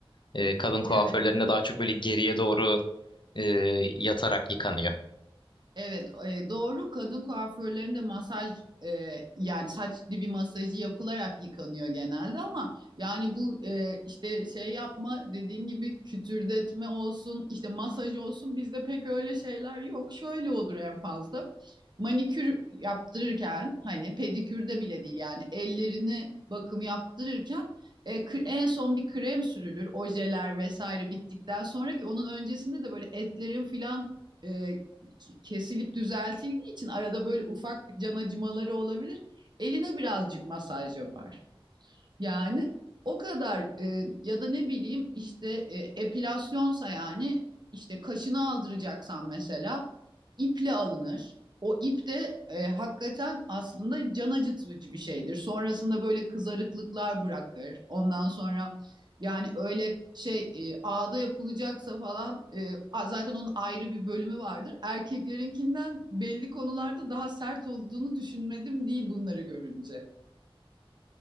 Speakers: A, on the left; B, on the right.
A: Ee, kadın kuaförlerinde
B: Evet.
A: daha çok böyle geriye doğru e, yatarak yıkanıyor.
B: Evet, e, doğru. Kadın kuaförlerinde masaj e, yani saç dibi masajı yapılarak yıkanıyor genelde ama yani bu e, işte şey yapma dediğin gibi kütürdetme olsun, işte masaj olsun bizde pek öyle şeyler yok. Şöyle olur en fazla. Manikür yaptırırken hani pedikürde bile değil yani ellerini bakım yaptırırken e, kre- en son bir krem sürülür. Ojeler vesaire bittikten sonra ki onun öncesinde de böyle etlerin filan e, kesilip düzeltildiği için arada böyle ufak can acımaları olabilir. Eline birazcık masaj yapar. Yani o kadar e, ya da ne bileyim işte e, epilasyonsa yani işte kaşını aldıracaksan mesela iple alınır. O ip de e, hakikaten aslında can acıtıcı bir şeydir. Sonrasında böyle kızarıklıklar bırakır. Ondan sonra yani öyle şey e, ağda yapılacaksa falan e, zaten onun ayrı bir bölümü vardır. Erkeklerinkinden belli konularda daha sert olduğunu düşünmedim değil bunları görünce.